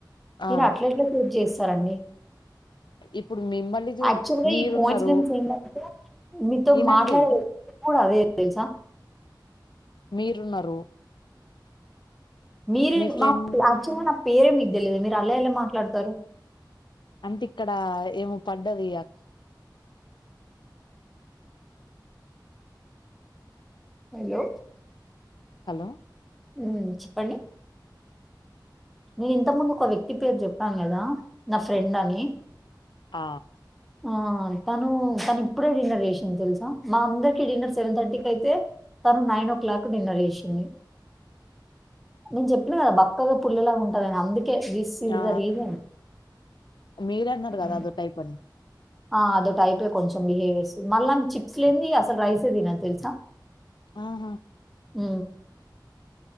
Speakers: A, on the left; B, in the centre.
A: ఆ
B: మీరు అట్ల ఎట్లా ప్రూఫ్ చేస్తారండి.
A: ఇప్పుడు మిమ్మల్ని
B: యాక్చువల్‌గా
A: మీరున్నారు.
B: ఈ కోయిన్సిడెన్స్ ఏంటంటే మీతో
A: వినండి
B: మాట్లాడే కూడా అదే తెలుసా
A: మీరున్నారు.
B: మీరే
A: మీ ఫ్రెండ్
B: మా యాక్చువల్ గా నా పేరే మీకు తెలియదు మీరు అలా ఎలా మాట్లాడతారు.
A: అంటే ఇక్కడ ఏమో పడ్డది. అ
B: హలో
A: హలో
B: ఉ చెప్పండి నేను ఇంత ముందు ఒక వ్యక్తి పేరు చెప్పాను కదా నా ఫ్రెండ్ అని,
A: ఆ
B: ఆ తను తను ఇప్పుడే డిన్నర్ చేసింది తెలుసా. మా అందరికి డిన్నర్ సెవెన్ థర్టీకి అయితే తను నైన్ ఓ క్లాక్ డిన్నర్ చేసింది. నేను చెప్పినా కదా బక్కగా పుల్లలాగా ఉంటదని అందుకే ఇంకేస్ థిస్ ఇస్
A: ఆ
B: ద రీసన్
A: మీరన్నారు కదా
B: ఉ
A: అదో టైప్ అని
B: ఆ అదో టైపే కొంచెం బిహేవ్ చేస్తుంది. మళ్ళా చిప్స్ లేంది అసలు రైసే తినను తెలుసా.
A: ఆహా
B: ఊ